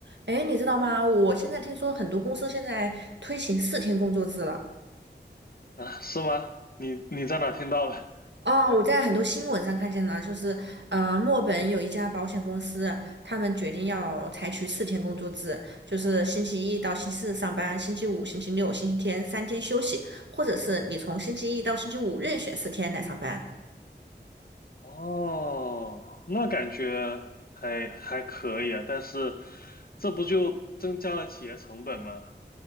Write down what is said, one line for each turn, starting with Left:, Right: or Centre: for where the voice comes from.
Right: 哎，你知道吗？我现在听说很多公司现在推行四天工作制了。
Left: 啊，是吗？你你在哪听到了？
Right: 啊！我在很多新闻上看见了，就是，呃，墨尔本有一家保险公司，他们决定要采取四天工作制，就是星期一到星期四上班，星期五、星期六、星期天三天休息，或者是你从星期一到星期五任选四天来上班。
Left: 哦，那感觉还还可以啊，但是这不就增加了企业成本吗？